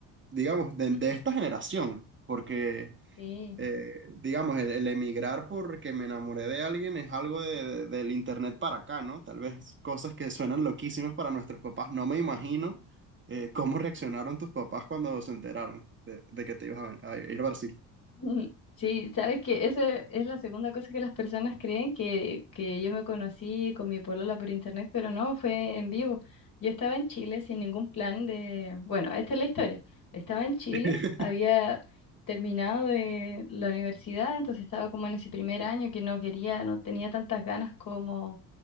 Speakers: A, on the right; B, on the left.
A: digamos, de,
B: <laughs>
A: de esta generación, porque,
B: Sí,
A: eh, digamos, el, el emigrar porque me enamoré de alguien es algo de- de- del internet para acá, ¿no? Tal vez cosas que suenan loquísimas para nuestros papás. No me imagino
B: sí.
A: eh, cómo reaccionaron tus papás cuando se enteraron de, de que te ibas a, a ir a Brasil.
B: <laughs> Mm, Sí, sabes que esa es la segunda cosa que las personas creen que, que yo me conocí con mi polola por internet, pero no, fue en vivo. Yo estaba en Chile sin ningún plan de, bueno, esta es la historia. Estaba en Chile,
A: <laughs>
B: había terminado de la universidad, entonces estaba como en ese primer año que no quería, no tenía tantas ganas como